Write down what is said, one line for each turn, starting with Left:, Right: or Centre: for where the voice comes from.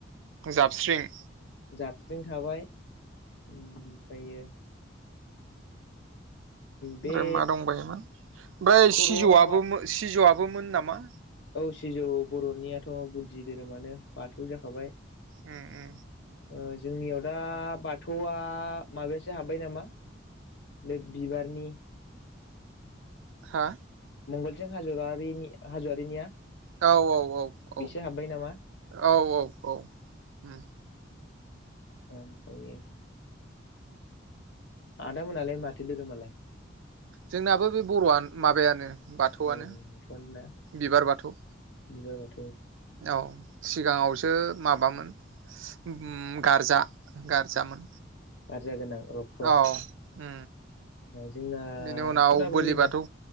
Right: जाबस्रिं
Left: जाबस्रिं थाबाय उम उम फायो बे
Right: ओमफ्राय मा दंबायोमोन? ओमफ्राय
Left: खर'आव
Right: सिजौआबो
Left: माबा
Right: मो सिजौआ बोमोन नामा?
Left: औ सिजौ बर'नियाथ' अ गुदि धोरोमानो बाथौ जाखाबाय।
Right: ओ ओ
Left: ओ जोंनियाव दा बाथौआ माबायासो हाब्बाय नामा बे बिबारनि
Right: हा?
Left: मंगलसिं हाज'वारिनि हाज'वारिनिया
Right: औ औ औ औ
Left: बेसो हाब्बाय नामा
Right: औ औ औ हम
Left: ओफ्रायो आदामोनालाय माथो दोरोमालाय?
Right: जोंनाबो बे बर'आनो माबायानो। बाथौआनो
Left: औ बाथौआनोना
Right: बिबार बाथौ।
Left: <unintelligible>
Right: औ सिगाङावसो माबामोन ओ गारजा गारजामोन
Left: जारजा गोनां रक्त'
Right: औ ओ
Left: जोंनाथ'
Right: बेनि उनाव
Left: दाबो
Right: बोलि
Left: बेनो
Right: बाथौ